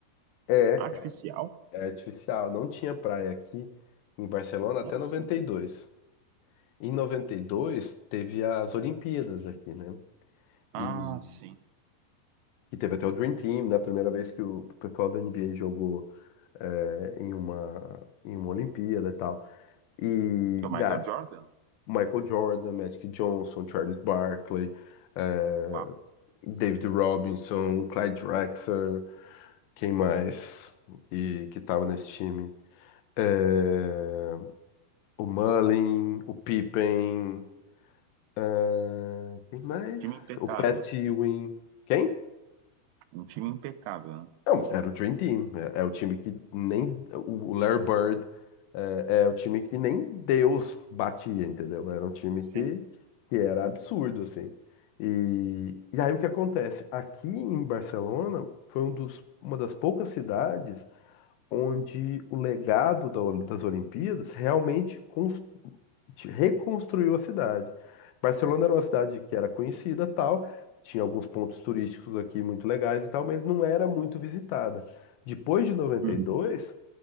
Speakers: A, on the left; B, on the right.
A: É,
B: Artificial?
A: cara, é artificial. Não tinha praia aqui em Barcelona até
B: Nossa.
A: 92. Em 92 teve as Olimpíadas aqui, né?
B: Ah,
A: E,
B: sim.
A: e teve até o Dream Team, né? A primeira vez que o pessoal da NBA jogou eh, em uma, em uma Olimpíada e tal. E,
B: Que é o
A: e
B: Michael
A: a
B: Jordan?
A: Michael Jordan, Magic Johnson, Charles Barkley, eh,
B: Uau.
A: David Robinson, Clyde Drexler, quem mais que, que tava nesse time? Eh, o Mullin, o Pippen, Ah, quem mais?
B: Time impecável.
A: O Pat Ewing. Quem?
B: Um time impecável, né?
A: Não, era o Dream Team. É, é o time que nem. O Larry Bird é, é o time que nem Deus batia, entendeu? Era um time
B: Sim.
A: que, que era absurdo, assim. E, e aí o que acontece? Aqui em Barcelona foi um dos, uma das poucas cidades onde o legado da Ol- das Olimpíadas realmente cons- te- reconstruiu a cidade. Barcelona era uma cidade que era conhecida,
B: Sim.
A: tal, tinha alguns pontos turísticos aqui muito legais e tal, mas não era muito visitada. Depois de noventa
B: Uhum.
A: e dois,